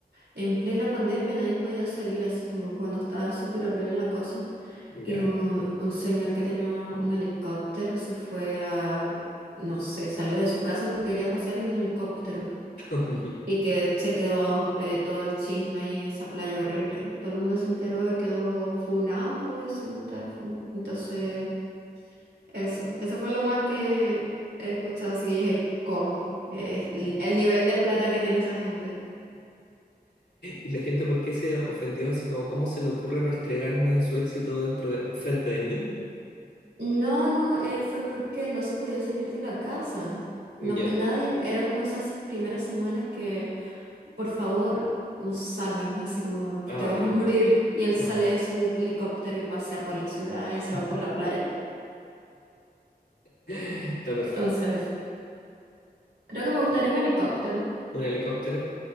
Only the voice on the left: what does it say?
Ya.
<laughs>
Y la gente, ¿por qué se ofendió? Así como, ¿cómo se le ocurre restregarme su éxito dentro de, frente de mí?
Ya.
Ah,
ok.
Ajá.
<laughs>
Está perfecto.
Un helicóptero.